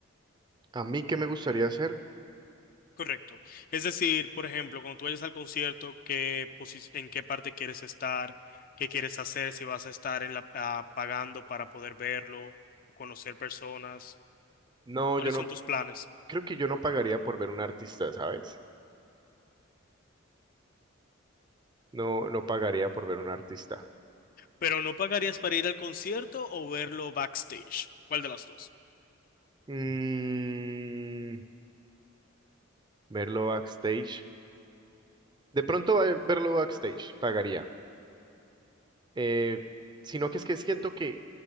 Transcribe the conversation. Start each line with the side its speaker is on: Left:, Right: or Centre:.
Right: ¿A mí qué me gustaría hacer?
Left: Correcto. Es decir, por ejemplo, cuando tú vayas al concierto, ¿qué posi- en qué parte quieres estar? ¿Qué quieres hacer? Si vas a estar en la, ah, pagando para poder verlo, conocer personas.
Right: No,
Left: ¿Cuáles
Right: yo no...
Left: son tus planes?
Right: Creo que yo no pagaría por ver un artista, ¿sabes? No, no pagaría por ver un artista.
Left: ¿Pero no pagarías para ir al concierto o verlo backstage? ¿Cuál de las dos?
Right: Mm, verlo backstage. De pronto va a verlo backstage, pagaría. Eh, sino que es que siento que